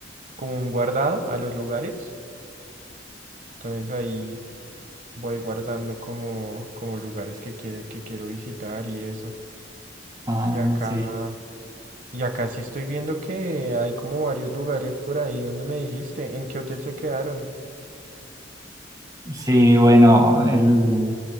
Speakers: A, on the right; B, on the right.
A: como un guardado a los lugares. Entonces ahí voy guardando como, como lugares que quiero, que quiero visitar y eso.
B: Ah,
A: Y acá.
B: sí.
A: Y acá sí estoy viendo que hay como varios lugares por ahí donde me dijiste, ¿en qué hotel se quedaron?
B: Sí, bueno, el,